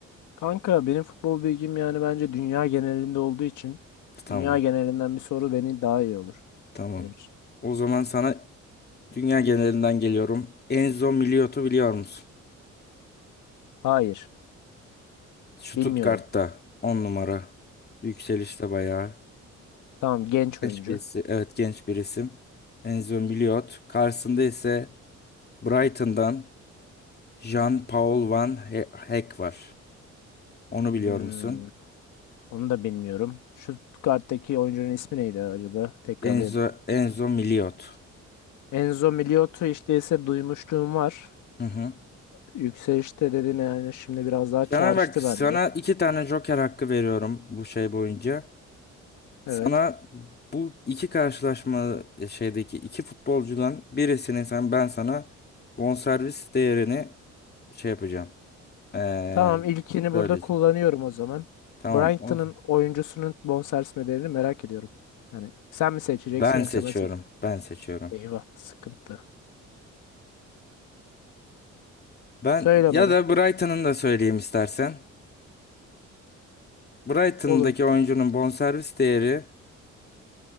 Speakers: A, on the left; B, on the left.
A: Kanka benim futbol bilgim yani bence dünya genelinde olduğu için
B: Tamam.
A: dünya genelinden bir soru beni daha iyi olur
B: Tamam.
A: benim için.
B: O zaman sana dünya genelinden geliyorum. Enzo Miliot'u biliyor musun?
A: Hayır,
B: Stuttgart'ta
A: bilmiyorum.
B: 10 numara. Yükselişte bayağı.
A: Tamam genç
B: Genç
A: oyuncu.
B: birisi. Evet genç bir isim. Enzo Miliot. Karşısında ise Brighton'dan Jean-Paul Van He- Heck var. Onu biliyor
A: Hmm,
B: musun?
A: onu da bilmiyorum. Şu karttaki oyuncunun ismi neydi acaba? Tekrarlayayım.
B: Enzo, Enzo Miliot.
A: Enzo Miliotto işte ise duymuşluğum var.
B: Hı hı.
A: Yükselişte dediğine yani şimdi biraz daha
B: Sana
A: çağrıştı
B: bak sana
A: bende.
B: iki tane Joker hakkı veriyorum bu şey boyunca.
A: Evet.
B: Sana bu iki karşılaşma e, şeydeki iki futbolcudan birisini sen ben sana bonservis değerini şey yapacağım. Ee,
A: Tamam ilkini burada
B: söyleyeceğim.
A: kullanıyorum o zaman.
B: Tamam.
A: Brighton'ın
B: O,
A: oyuncusunun bonservis bedelini merak ediyorum. Yani sen mi seçeceksin
B: ben
A: yoksa
B: seçiyorum.
A: ben seçeceğim.
B: Ben seçiyorum.
A: Eyvah sıkıntı.
B: Ben
A: Söyle
B: ya
A: bana.
B: da Brighton'ın da söyleyeyim istersen. Brighton'daki
A: Olur.
B: oyuncunun bonservis değeri